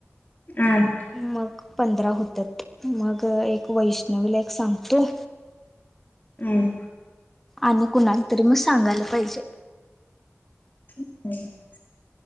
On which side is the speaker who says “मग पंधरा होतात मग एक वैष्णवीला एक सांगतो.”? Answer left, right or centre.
Centre